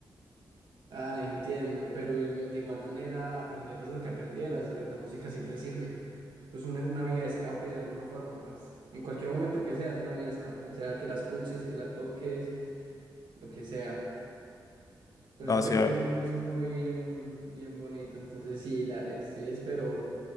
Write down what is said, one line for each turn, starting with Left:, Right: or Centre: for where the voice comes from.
Right: Ah, entiendo, pero igu- de igual manera aprendieras lo que aprendieras, eh, la música siempre sirve. Pues una, una vía de escape de alguna forma, parce. En cualquier momento que sea, es una vía de escape, sea que la escuches, que la toques, lo que sea. Por
Left: No,
Right: eso
Left: o
Right: te
Left: sea,
Right: digo que es un, es un hobby bien, bien bonito. Entonces sí, la, estoy espero